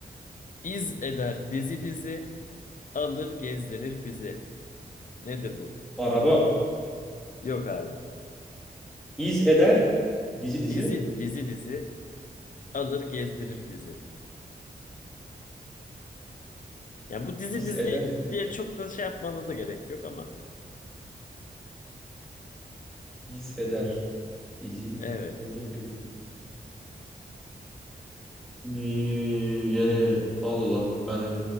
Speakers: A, on the left; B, in the centre.
A: iz eder dizi dizi. Alır gezdirir bizi. Nedir bu?
B: Araba
A: Yok abi.
B: iz eder. Dizi dizi.
A: Dizi dizi dizi alır gezdirir bizi. Ya bu dizi
B: İz
A: dizi
B: eder.
A: diye çok da şey yapmana da gerek yok ama
B: İz eder. Dizi
A: evet.
B: alır gün. Mi yani Allah Allah hani